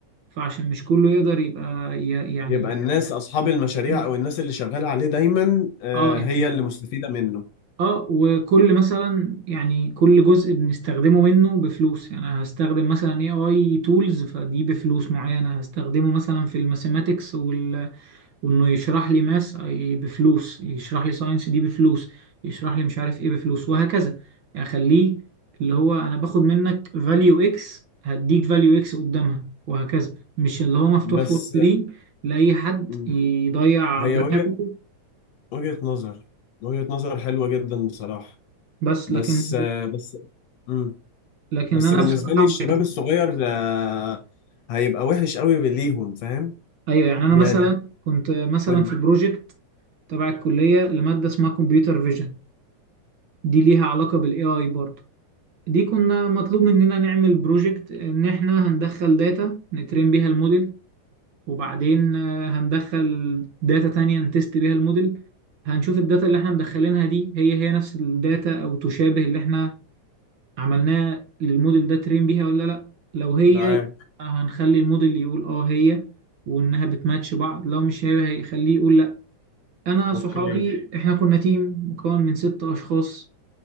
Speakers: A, on the right; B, on the left.
A: فعشان مش كله يقدر يبقى ي- يعني
B: يبقى الناس أصحاب
A: بنستخدمه
B: المشاريع أو الناس اللي شغالة عليه دايما آه،
A: اه يعني
B: هي اللي مستفيدة منه
A: اه وكل مثلا يعني كل جزء بنستخدمه منه بفلوس يعني أنا هستخدم مثلا اي اي تولز فدي بفلوس معينة هستخدمه مثلا في الماثيماتكس وال... وانه يشرح لي ماس بفلوس يشرح لي ساينس دي بفلوس يشرح لي مش عارف ايه بفلوس وهكذا يعني اخليه اللي هو انا باخد منك فاليو اكس هديك فاليو اكس قدامها وهكذا مش اللي هو مفتوح
B: بس
A: فور فري لأي حد
B: مم،
A: يضيع
B: هي
A: دماغه
B: وجهة وجهة نظر وجهة نظر حلوة جدا بصراحة
A: بس
B: بس
A: لكن
B: آه، بس مم،
A: لكن
B: بس
A: انا
B: بالنسبة
A: بصراحه
B: لي
A: ما بحب-
B: الشباب الصغير آه، هيبقى وحش قوي ليهم فاهم
A: ايوه يعني انا
B: يعني
A: مثلا كنت مثلا
B: قول
A: في بروجكت تبع الكليه لماده اسمها كمبيوتر فيجن دي ليها علاقه بالاي اي برضه دي كنا مطلوب مننا نعمل بروجكت ان احنا هندخل داتا نترين بيها الموديل وبعدين آه، هندخل داتا تانية نتست بيها الموديل هنشوف الداتا اللي احنا مدخلينها دي هي هي نفس الداتا او تشابه اللي احنا عملناه للموديل ده ترين بيها ولا لا لو هي
B: معاك
A: مم. يبقى هنخلي الموديل يقول اه هي وانها بتماتش بعض لو مش هي هيخليه يقول لا انا
B: اوكي
A: صحابي احنا كنا تيم مكون من ست اشخاص